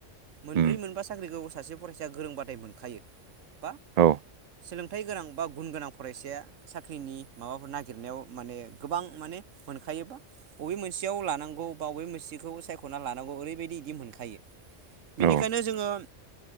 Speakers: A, on the right (about 80°); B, on the right (about 50°).
A: मोनब्रै
B: उम
A: मोनबा साख्रिखौ सासे फरायसाया गोरोंबाथाय मोनखायो बा
B: औ
A: सोलोंथाइ गोनां बा गुन गोनां फरायसाया साख्रिनि माबाफोर नागिरनायाव माने गोबां माने मोनखायोबा बबे मोनसेयाव लानांगौ बा बबे मोनसेखौ सायख'ना लानांगौ ओरैबायदि इदि मोनखायो।
B: औ
A: बेनिखायनो जोङो